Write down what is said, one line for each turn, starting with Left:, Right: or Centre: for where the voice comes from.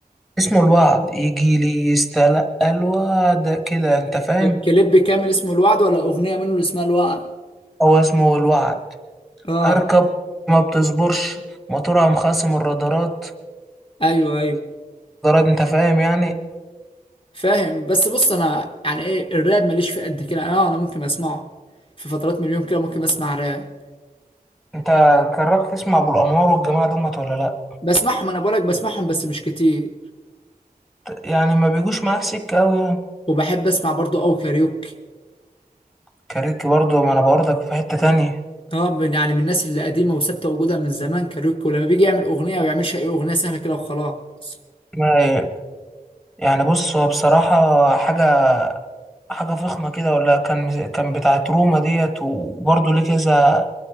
Centre: اسمه الوعد يجي لي يستلقى الوعد كده انت فاهم
Left: الكليب كامل اسمه الوعد ولا اغنيه منه اللي اسمها الوعد
Centre: هو اسمه الوعد
Left: اه
Centre: اركب ما بتصبرش موتورها مخاصم الرادارات
Left: ايوه ايوه
Centre: درجة انت فاهم يعني
Left: فاهم بس بص انا يعني ايه الراب ماليش في قد كده انا انا ممكن اسمعه في فترات من اليوم كده ممكن اسمع راب
Centre: انت جربت تسمع ابو الانوار والجماعه دمت ولا لا
Left: بسمعهم انا بقولك بسمعهم بس مش كتير
Centre: يعني ما بيجوش معاك سكه قوي يعني
Left: وبحب اسمع برضو او كاريوكي
Centre: كاريك برضو ما انا برضك في حته تانية
Left: اه من- يعني من الناس اللي قديمه وثابته وجودها من زمان كاريوكي ولما بيجي يعمل اغنيه ما بيعملش اي اغنيه سهله كده وخلاص
Centre: ما يعني بص هو بصراحه حاجه حاجه فخمه كده ولا كان كان بتاعت روما ديت وبرضو ليه كذا